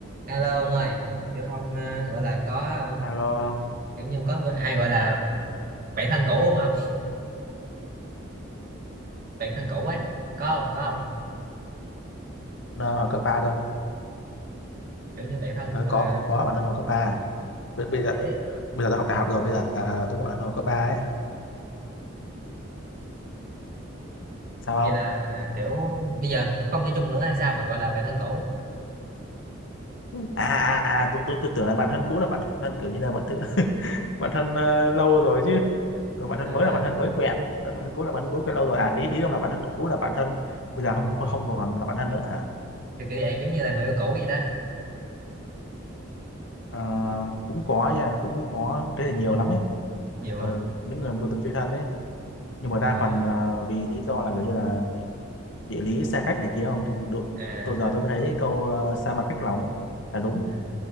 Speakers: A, on the right; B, on the left.
A: Alo ông ơi, kiểu ông ờ, gọi là có ờ,
B: alo không
A: kiểu như ông có người- ai gọi là bạn thân cũ không không? Bạn thân cũ ấy, có không? Có không?
B: đang học cấp 3 thôi
A: Kiểu như bạn thân
B: Ờ,
A: mà
B: có có bạn đang học cấp 3 bây, bây giờ
A: dễ-
B: bây giờ tôi học đại học rồi bây giờ à, tôi có bạn đang học cấp 3 ấy sao
A: vậy là
B: không
A: kiểu bây giờ không chơi chung nữa hay sao mà gọi là bạn thân cũ?
B: à à, à tôi, tôi, tôi tưởng là bạn thân cũ là bạn thân kiểu như là bạn thử <laughs> bạn thân ờ, lâu rồi chứ còn bạn thân
A: À,
B: mới là bạn thân
A: à,
B: mới quen Ờ, bạn thân cũ là bạn thân cũ quen lâu rồi à ý ý ông là bạn thân cũ là bạn thân bây giờ không
A: ừ.
B: không còn là bạn thân nữa hả
A: Kiểu kiểu vậy giống như là người yêu cũ vậy đó.
B: Ờ, cũng có nha cũng có thế là nhiều
A: Ừ,
B: lắm ấy
A: nhiều hả?
B: ừ, những người mà tôi từng chơi thân ấy nhưng mà đa
A: À,
B: phần là vì lý do là kiểu như là địa lý xa cách này kia không thì đúng,
A: à,
B: tôi giờ tôi mới thấy câu ờ, xa mặt cách lòng ấy là đúng
A: ừ.